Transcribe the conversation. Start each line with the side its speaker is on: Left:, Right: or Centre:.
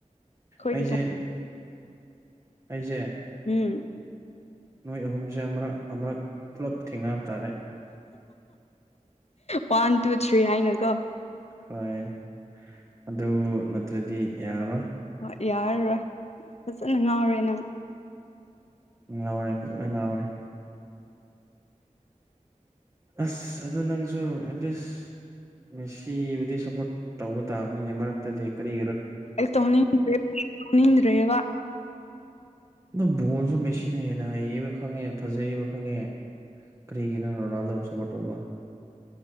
Left: ꯑꯩꯈꯣꯏꯗꯤ
Right: ꯑꯩꯖꯦ ꯑꯩꯖꯦ
Left: INAUDIBLE
Right: ꯅꯣꯏ ꯑꯍꯨꯝꯖꯦ ꯑꯃꯨꯔꯛ-ꯑꯃꯨꯔꯛ ꯄꯨꯂꯞ ꯊꯦꯡꯅꯕ ꯇꯥꯔꯦ
Left: ꯋꯥꯟ ꯇꯨ ꯊ꯭ꯔꯤ ꯍꯥꯏꯅꯀꯣ
Right: ꯍꯣꯏ ꯑꯗꯨ ꯅꯠꯇ꯭ꯔꯗꯤ ꯌꯥꯔꯔꯣꯏ
Left: ꯍꯣꯏ ꯌꯥꯔꯔꯣꯏ ꯐꯖꯅ ꯉꯥꯎꯔꯦ ꯅꯪ
Right: ꯉꯥꯎꯔꯦ ꯐꯖꯅ ꯉꯥꯎꯔꯦ
Left: INAUDIBLE
Right: ꯑꯥꯁ ꯑꯗꯨ ꯅꯪꯖꯨ ꯑꯦꯠꯂꯤꯁ ꯃꯦꯁꯤꯕꯨꯗꯤ ꯁꯞꯄꯣꯔꯠ ꯇꯧꯕ ꯇꯥꯕꯅꯤꯅꯦ ꯃꯔꯛꯇꯗꯤ ꯀꯔꯤ
Left: ꯑꯩ ꯇꯧꯅꯤꯡ ꯇꯧꯅꯤꯡꯗ꯭ꯔꯦꯕꯥ
Right: ꯑꯗꯨ ꯕꯣꯜꯖꯨ ꯃꯦꯁꯤꯅ ꯍꯦꯟꯅ ꯍꯩꯌꯦꯕ ꯈꯪꯉꯦ ꯐꯖꯩꯕ ꯈꯪꯉꯦ ꯀꯔꯤꯒꯤꯅꯣ ꯔꯣꯅꯥꯜꯗꯣꯕꯨ ꯁꯞꯄꯣꯔꯠ ꯇꯧꯕ